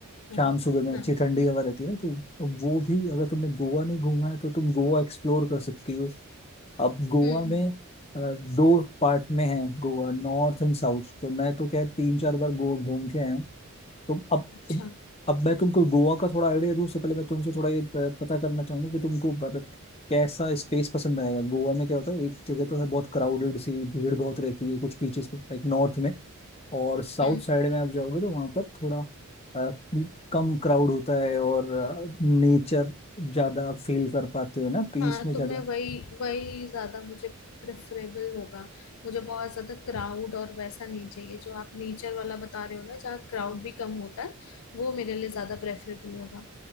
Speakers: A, on the left (about 70°); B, on the left (about 25°).
A: हाँ
B: शाम सुबह में
A: हाँ
B: अच्छी ठंडी हवा रहती है ना तो वो भी अगर तुमने गोवा नहीं घूमा है तो तुम गोवा एक्सप्लोर कर सकती हो अब गोवा
A: हम्म
B: में अ, दो पार्ट में है गोवा नॉर्थ एंड साउथ तो मैं तो क्या तीन चार बार गोवा घूम के आया हूँ तो अब
A: अच्छा
B: अब मैं तुमको गोवा का थोड़ा आइडिया दूं उससे पहले मैं तुमसे थोड़ा ये अ, पता करना चाहूंगा कि तुमको मतलब कैसा स्पेस पसंद आएगा गोवा में क्या होता है एक जगह तो है बहुत क्राउडेड सी भीड़ बहुत रहती है कुछ बीचेस पे लाइक नॉर्थ में, और साउथ
A: हम्म
B: साइड में आप जाओगे तो वहाँ पर थोड़ा अ, कम क्राउड होता है और नेचर ज़्यादा फील कर पाते हो ना पीस
A: हाँ
B: में
A: तो
B: ज़्यादा
A: मैं वही वही ज्यादा मुझे प्रेफरेबल होगा मुझे बहुत ज्यादा क्राउड और वैसा नहीं चाहिए जो आप नेचर वाला बता रहे हो ना जहाँ क्राउड भी कम होता है वो मेरे लिए ज्यादा प्रेफरेबल होगा